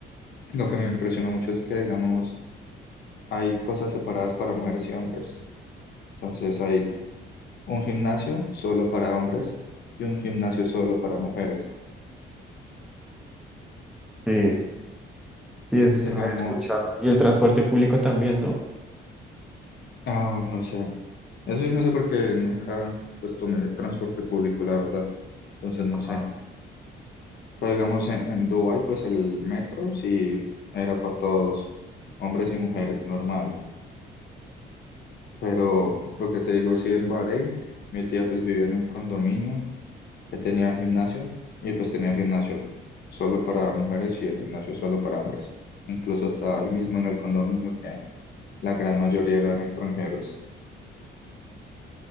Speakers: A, on the left; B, in the centre.
A: lo que me impresionó mucho es que, digamos, hay cosas separadas para mujeres y hombres. Entonces, hay un gimnasio solo para hombres y un gimnasio solo para mujeres.
B: Sí. Sí, eso sí
A: Digamos,
B: lo había escuchado. Y el transporte público también, ¿no?
A: ah, no sé. Eso sí, no sé por qué nunca pues tomé transporte público, la verdad. Entonces, no
B: Ajá.
A: sé. Pero digamos, en, en Dubái, pues el metro sí era para todos, hombres y mujeres, normal. Pero lo que te digo, sí, en Bahrein, mi tía pues vivía en un condominio que tenía gimnasio y pues tenía el gimnasio solo para mujeres y el gimnasio solo para hombres. Incluso hasta ahí mismo en el condominio que la gran mayoría eran extranjeros.